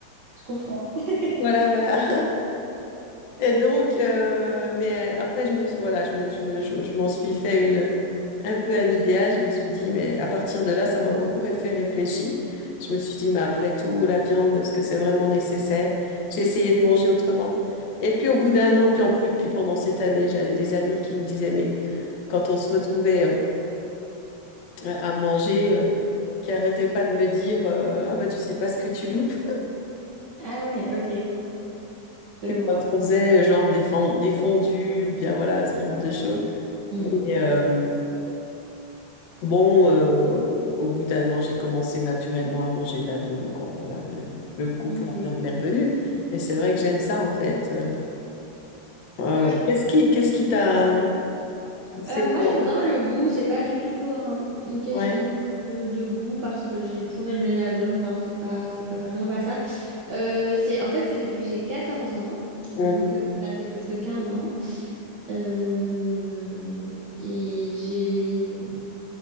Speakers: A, on the right; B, on the left.
A: je comprends. <laughs>
B: Voilà, voilà. <laughs> Et donc, euh, mais après, je me, suis- voilà, je me, je me- je- je m'en suis fait une, un peu un idéal. Je me suis dit, mais à partir de là, ça m'a beaucoup ré- fait réfléchir. Je me suis dit, mais après tout, la viande, est-ce que c'est vraiment nécessaire? J'ai essayé de manger autrement. Et puis, au bout d'un an, puis en plus, puis pendant cette année, j'avais des amis qui me disaient, mais quand on se retrouvait euh, à manger, euh, qui arrêtaient pas de me dire, euh, ah bah, tu sais pas ce que tu loupes.
A: Ah oui, ok, je
B: Et
A: vois.
B: Quand on faisait euh, genre des, fen- des fondus ou bien voilà, ce genre de choses.
A: Hmm,
B: Et euh, bon, euh, au bout d'un an, j'ai commencé naturellement à manger de la viande, quoi. Voilà, le, le goût
A: Ok.
B: pour la viande m'est revenu. Et c'est vrai que j'aime ça, en fait. Euh, euh,
A: Ouais, je comprends.
B: qu'est-ce qui, qu'est-ce qui t'a poussé,
A: Euh, moi,
B: toi?
A: j'aime bien le goût, c'est pas du tout un- une question
B: Ouais.
A: de, de- de goût parce que j'ai toujours aimé la viande, enfin, c'est pas, c'est pas vraiment pas ça. Euh, c'est, en fait, c'est depuis que j'ai 14 ans,
B: Mhm.
A: donc euh, ça fait presque 15 ans. Euh, et j'ai mmh,